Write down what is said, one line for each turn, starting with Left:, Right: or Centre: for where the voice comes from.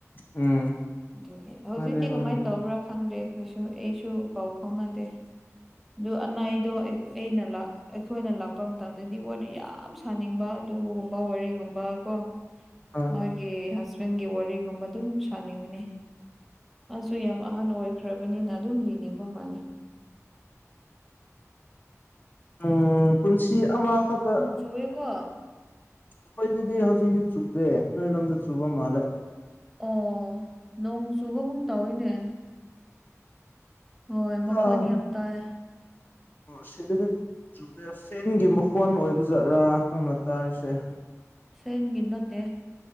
Left: ꯎꯝ
Centre: ꯑꯗꯨꯒꯤ ꯍꯧꯖꯤꯛꯇꯤ
Left: ꯃꯥꯅꯦ ꯃꯥꯅꯦ
Centre: ꯀꯃꯥꯏ ꯇꯧꯕ꯭ꯔꯥ ꯈꯪꯗꯦ ꯑꯩꯈꯣꯏꯁꯨ ꯑꯩꯁꯨ ꯄꯥꯎ ꯐꯥꯎꯅꯗꯦ ꯑꯗꯨ ꯑꯅꯩꯗꯨ ꯑꯩ ꯑꯩꯅ ꯂꯥꯛ ꯑꯩꯈꯣꯏꯅ ꯂꯥꯛꯄ ꯃꯇꯝꯗꯗꯤ ꯋꯥꯔꯤ ꯌꯥꯝ ꯁꯥꯅꯤꯡꯕ ꯑꯗꯨꯒꯨꯝꯕ ꯋꯥꯔꯤꯒꯨꯝꯕ ꯀꯣ
Left: ꯑꯥ
Centre: ꯃꯥꯒꯤ ꯍꯁꯕꯦꯟꯒꯤ ꯋꯥꯔꯤꯒꯨꯝꯕ ꯑꯗꯨꯝ ꯁꯥꯅꯤꯡꯕꯅꯤ ꯃꯥꯁꯨ ꯌꯥꯝ ꯑꯍꯟ ꯑꯣꯏꯈ꯭ꯔꯕꯅꯤꯅ ꯑꯗꯨꯝ ꯂꯤꯅꯤꯡꯕ ꯃꯥꯜꯂꯦ
Left: ꯎꯝ ꯄꯨꯟꯁꯤ ꯑꯃꯈꯛꯇ
Centre: ꯆꯨꯋꯦ ꯀꯣ
Left: ꯑꯩꯈꯣꯏꯗꯗꯤ ꯍꯧꯖꯤꯛꯗꯤ ꯆꯨꯗꯦ ꯅꯣꯏ ꯂꯣꯝꯗ ꯆꯨꯕ ꯃꯥꯜꯂꯦ
Centre: ꯑꯣ ꯅꯣꯡ ꯆꯨꯕꯒꯨꯝ ꯇꯧꯋꯤꯅꯦ ꯍꯣꯏ ꯃꯈꯣꯟ
Left: ꯑꯥ
Centre: ꯌꯥꯝ ꯇꯥꯏ
Left: ꯑꯣ ꯑꯁꯤꯗꯗꯤꯠ ꯨꯆꯨꯗꯦ ꯐꯦꯟꯒꯤ ꯃꯈꯣꯟ ꯑꯣꯏꯕ ꯖꯥꯠꯔꯥ ꯅꯪꯅ ꯇꯥꯔꯤꯁꯦ
Centre: ꯐꯦꯟꯒꯤ ꯅꯠꯇꯦ